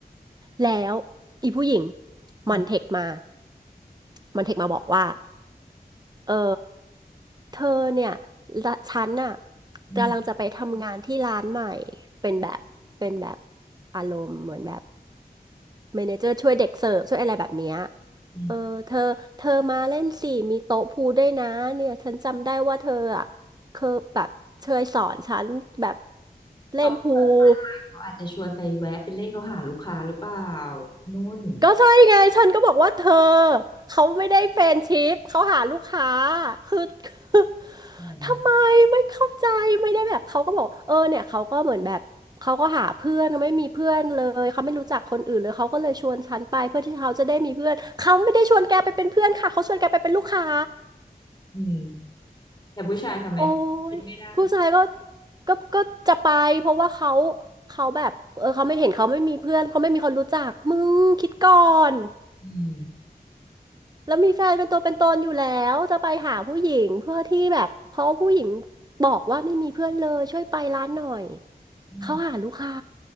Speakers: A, on the right; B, on the left.
A: แล้วอีผู้หญิง
B: ทำไม
A: มันเทคมา มันเทคมาบอกว่าเออเธอเนี่ยละฉันน่ะ
B: อืม
A: กำลังจะไปทำงานที่ร้านใหม่เป็นแบบเป็นแบบอารมณ์เหมือนแบบ เมเนเจอร์ช่วยเด็กเสิร์ฟช่วยอะไรแบบเนี้ย
B: อืม
A: เออเธอเธอมาเล่นสิมีโต๊ะพูลด้วยนะเนี่ยฉันจำได้ว่าเธออ่ะเคยแบบเคยสอนฉันแบบเล่นพูล
B: เขาเปิดเขาอาจจะชวนไปแวะไปเล่นเขาหาลูกค้าหรือเปล่านุ่น
A: ก็ใช่ไงฉันก็บอกว่าเธอเขาไม่ได้แฟรนด์ชิพเขาหาลูกค้าคือ <laughs> คือ
B: อืม
A: ทำไมไม่เข้าใจไม่ได้แบบเขาก็บอกเออเนี่ยเขาก็เหมือนแบบเขาก็หาเพื่อนไม่มีเพื่อนเลยเขาไม่รู้จักคนอื่นเลยเขาก็เลยชวนฉันไปเพื่อที่เขาจะได้มีเพื่อนเขาไม่ได้ชวนแกไปเป็นเพื่อนค่ะเขาชวนแกไปเป็นลูกค้า
B: อืม แต่ผู้ชายทำไม
A: โอ้ยผู้ชายก็
B: คิดไม่ได้
A: ก็ก็จะไปเพราะว่าเขาเขาแบบเออเขาไม่เห็นเขาไม่มีเพื่อนเขาไม่มีคนรู้จักมึงคิดก่อน
B: อืม
A: แล้วมีแฟนเป็นตัวเป็นตนอยู่แล้วจะไปหาผู้หญิงเพื่อที่แบบเพราะผู้หญิงบอกว่าไม่มีเพื่อนเลยช่วยไปร้านหน่อย
B: อืม
A: เขาหาลูกค้า